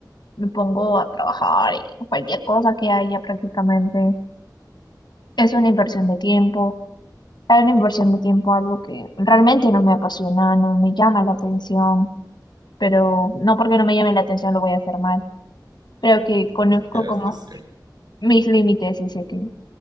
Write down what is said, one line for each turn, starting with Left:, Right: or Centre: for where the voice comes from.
Left: me pongo a trabajar en cualquier cosa que haya prácticamente Es una inversión de tiempo, es una inversión de tiempo, algo que realmente no me apasiona, no me llama la atención, pero no porque no me llame la atención lo voy a hacer mal. Creo que conozco
Right: Y que hasta
Left: como
Right: cierto.
Left: mis límites y sé que